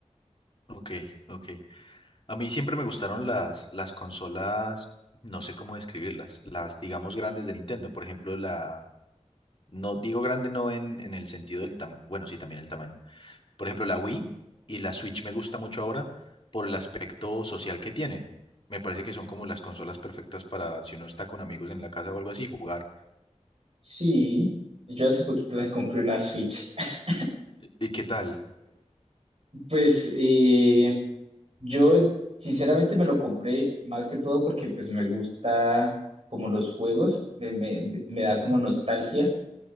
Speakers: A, on the left; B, on the right.
A: ok, ok. A mí siempre me gustaron las, las consolas, no sé cómo describirlas, las, digamos, grandes de Nintendo. Por ejemplo, la... No digo grande no en, en el sentido del tamaño, bueno, sí, también el tamaño Por ejemplo, la Wii y la Switch me gusta mucho ahora por el aspecto social que tienen. Me parece que son como las consolas perfectas para si uno está con amigos en la casa o algo así, jugar.
B: Sí, yo hace poquito me compré una Switch. <laughs>
A: ¿Y qué tal?
B: Pues eh, yo eh, sinceramente me lo compré más que todo porque pues me gusta como los juegos, me, me- me da
A: Ujú,
B: como nostalgia